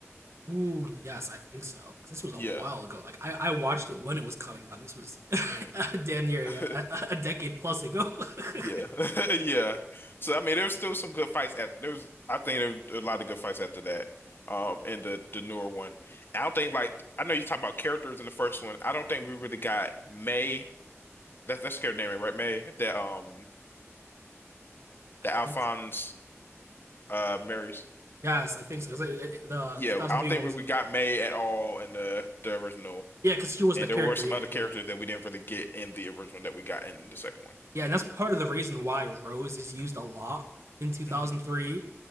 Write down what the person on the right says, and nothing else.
Ooh, yes, I think so. 'Cause This was
a while ago. Like I, I watched it when it was coming out. This was <laughs>
damn near
a, a decade plus ago. <laughs> I
think so.
Yes, I think so. 'Cause it- it- the
2003
one
was
uh,
yeah,
yeah, because she wasn't
a character
yet.
Yeah,
yeah, and that's part of the reason why Rose is used a lot in 2003